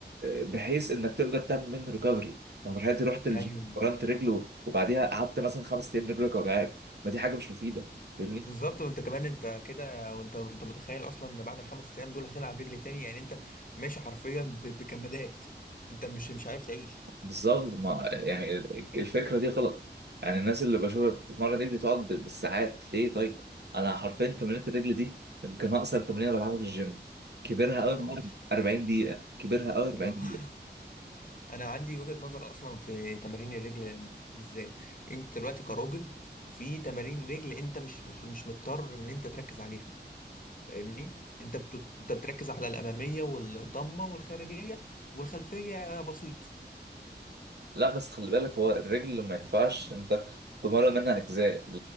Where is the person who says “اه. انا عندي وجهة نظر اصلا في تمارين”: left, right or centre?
Left